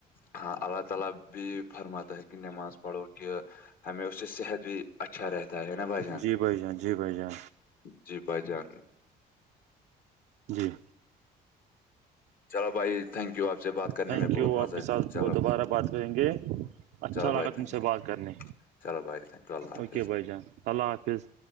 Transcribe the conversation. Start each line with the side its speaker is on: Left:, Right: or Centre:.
Left: ہاں اللہ تعالی بھی فرماتا ہے کہن نماز پڑو کہ ہممیش سے صحت بھی اچھا رہتا ہے نا بھائی جان
Right: جی بھائی جان جی بھائی جان
Left: جی بھائی جان
Right: جی
Left: چلو بھائی تھینک یو آپ سے بات کرنے
Right: تھینک
Left: میں بہت
Right: یو
Left: مزہ
Right: آپ کے
Left: ہے
Right: ساتھ
Left: چلو
Right: وہ دوبارہ بات کریں گے اچھا
Left: چلو
Right: لگا
Left: بھائی تھینک
Right: تم سے
Left: یو
Right: بات کرنے
Left: چلو بھائی تھینک یو اللہ حافظ
Right: اوکے بھائی جان اللہ حافظ